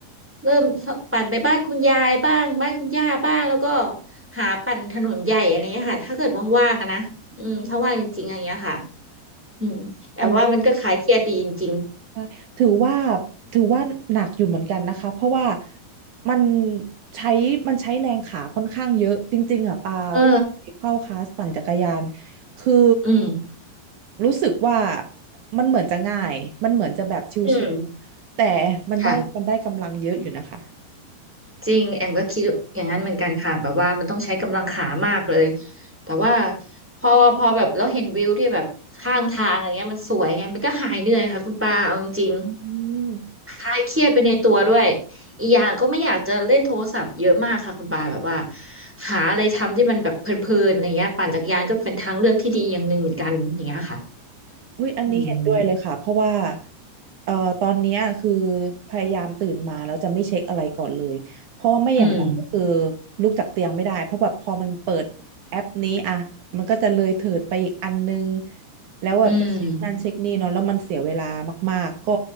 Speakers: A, in the centre; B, on the right (about 70°).
A: เริ่มปั่นไปบ้านคุณยายบ้างบ้านคุณย่าบ้างแล้วก็หาปั่นถนนใหญ่อะไรเงี้ยค่ะถ้าเกิดว่างๆอะนะอืมถ้าว่างจริงๆอะไรเงี้ยค่ะอืมแอมว่ามันก็คลายเครียดดีจริง
B: มัน ใช่ถือว่าถือว่าหนักอยู่เหมือนกันนะคะ เพราะว่ามันใช้มันใช้แรงขาค่อนข้างเยอะจริงๆอ่ะปา
A: ๆเออ
B: เข้าคลาสปั่นจักรยาน คือ
A: อืม
B: รู้สึกว่ามันเหมือนจะง่าย มันเหมือนจะแบบชิวๆแต่มันได้มันได้กำลังเยอะอยู่นะคะ
A: อืมค่ะ จริงแอมก็คิดอย่างนั้นเหมือนกันค่ะแบบว่ามันต้องใช้กำลังขามากเลยแต่ว่าพอพอแบบเราเห็นวิวที่แบบข้างทางอะไรเงี้ยมันสวยไงมันก็หายเหนื่อยค่ะคุณปาเอาจริง
B: อืม
A: ๆคลายเครียดไปในตัวด้วยอีกอย่างก็ไม่อยากจะเล่นโทรศัพท์เยอะมากค่ะคุณปาแบบว่าหาอะไรทำที่มันแบบเพลินๆอะไรเงี้ยปั่นจักรยานก็เป็นทางเลือกที่ดีอย่างหนึ่งเหมือนกันอย่างเงี้ยค่ะ
B: อุ๊ยอันนี้เห็นด้วยเลยค่ะเพราะว่า
A: อืม
B: เอ่อตอนเนี้ยคือพยายามตื่นมาแล้วจะไม่เช็คอะไรก่อนเลยเพราะว่าไม่อย่างนั้นก็คือ
A: อืม
B: ลุกจากเตียงไม่ได้เพราะแบบพอมันเปิดแอปนี้อ่ะมันก็จะเลยเถิดไปอีกอันนึงแล้วแบบจะเช็คนั่นเช็คนี่เนาะแล้วมันเสียเวลามากๆก็
A: อืม